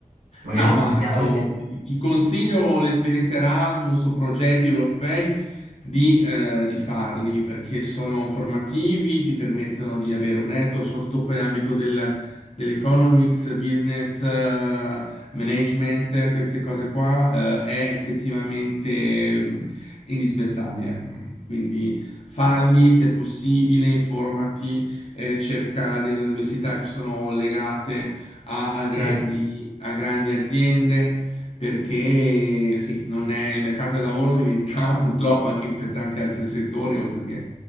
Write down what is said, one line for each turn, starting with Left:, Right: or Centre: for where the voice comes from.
Right: Magari
Left: No,
Right: è sbagliato
Left: ma io
Right: anche.
Left: ti ti consiglio l'esperienza Erasmus o progetti europei di, eh, di farli perché sono formativi, ti permettono di avere un network, soprattutto poi nell'ambito del- dell'economics, business, eh, management, queste cose qua, eh, è effettivamente mh, indispensabile. Quindi falli se possibile, informati, eh, cerca delle università che sono legate a, a
Right: Sì,
Left: grandi, a grandi aziende, perché sì, non è- il mercato del lavoro diventa <laughs> purtroppo anche per tanti altri settori, oltre che